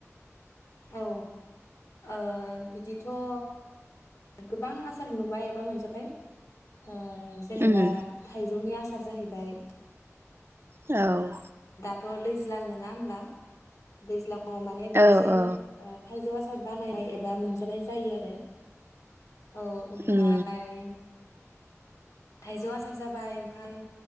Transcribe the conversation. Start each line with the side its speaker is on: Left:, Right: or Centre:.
Left: औ ओ बिदिथ' ओ गोबां आसार नुबाय एबा मोनजाबाय। ओ जेनेबा
Right: उम
Left: थाइजौनि आस सार जाहैबाय
Right: औ
Left: थ दैज्लां नोङा होमबा दैज्लां अ माने
Right: औ
Left: बांसिन
Right: औ
Left: थाइजौ आसार बानायनाय एबा मोनजानाय जायो आरो औ ओमफाय
Right: उम
Left: थाइजौ आसार जाबाय ओमफाय